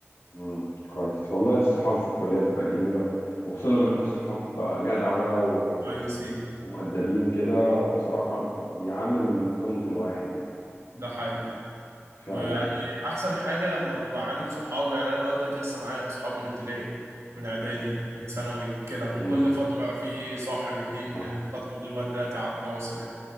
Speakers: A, on the left; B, on the right.
A: مم. كويس والله الصحاب في الكلية بتبقى جميلة وخصوصا لما يكونوا صحاب جدعة بقى و...
B: كويسين
A: ومؤدبين كده بصراحة بيعلوا من قيمة الواحد يعني
B: ده حقيقي
A: فعلا
B: ويعني أحسن حاجة لما بتبقى عامل صحاب يعني أنا لغاية دلوقتي لسه معايا صحاب من ابتدائي من إعدادي من ثانوي كده من
A: مم.
B: كل فترة في صاحب اتنين
A: صح
B: من الفترة دي لغاية دلوقتي على تواصل يعني